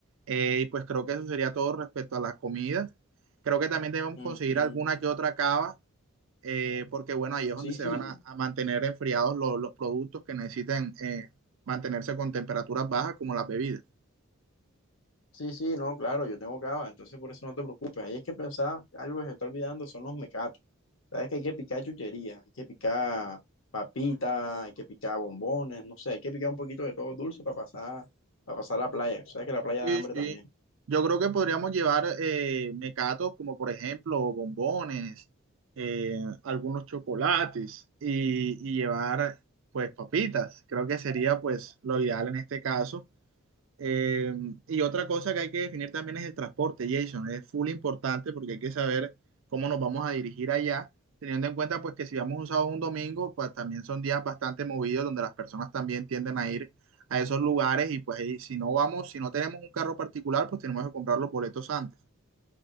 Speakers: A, on the right (about 70°); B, on the left (about 70°).
A: Eh, y pues creo que eso sería todo respecto a las comidas. Creo que también debemos
B: Mm,
A: conseguir
B: mm,
A: alguna que otra cava, eh, porque bueno, ahí es
B: sí,
A: donde se
B: sí,
A: van a, a mantener enfriados los, los productos que necesitan eh, mantenerse con temperaturas bajas, como las bebidas.
B: sí, sí, no, claro, yo tengo cava, entonces por eso no te preocupes. Ahí es que pensaba, algo que se está olvidando son los mecatos. Sabes que hay que picar chuchería, hay que picar papitas, hay que picar bombones, no sé, hay que picar un poquito de todo dulce para pasar, para pasar la playa. Sabes que la playa
A: Sí,
B: da hambre
A: sí.
B: también.
A: Yo creo que podríamos llevar eh, mecatos como por ejemplo bombones, eh, algunos chocolates y, y llevar pues papitas. Creo que sería pues lo ideal en este caso. Eh, y otra cosa que hay que definir también es el transporte, Jason. Es full importante porque hay que saber cómo nos vamos a dirigir allá, teniendo en cuenta pues que si vamos un sábado o un domingo, pues también son días bastante movidos donde las personas también tienden a ir a esos lugares y pues ahí, si no vamos, si no tenemos un carro particular, pues tenemos que comprar los boletos antes.